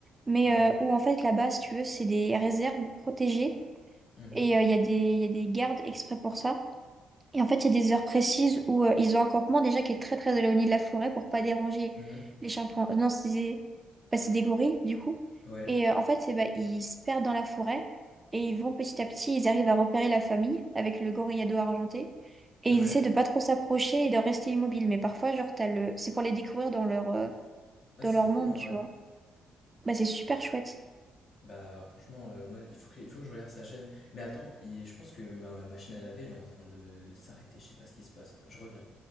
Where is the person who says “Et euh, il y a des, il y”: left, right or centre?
Right